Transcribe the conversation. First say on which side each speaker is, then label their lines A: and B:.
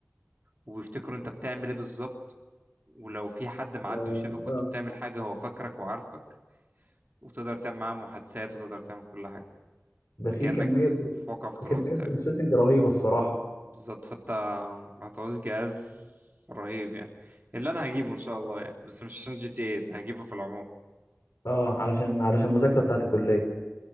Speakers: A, on the right (about 45°); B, on the left (about 80°).
A: وبيفتكروا انت بتعمل ايه بالظبط ولو في حد معدي
B: ده-
A: وشافك وانت
B: اه
A: بتعمل حاجة هو فاكرك وعارفك وبتقدر تعمل معاه محادثات وتقدر تعمل كل حاجة
B: ده في
A: انت كأنك
B: كمية
A: في واقع افتراضي
B: كمية
A: تقريبا
B: بروسيسنج رهيبة الصراحة
A: بالظبط فانت هتعوز جهاز رهيب يعني اللي انا هجيبه ان شاء الله يعني بس مش عشان جي تي ايه هجيبه في العموم
B: اه علشان علشان المذاكرة بتاعت الكلية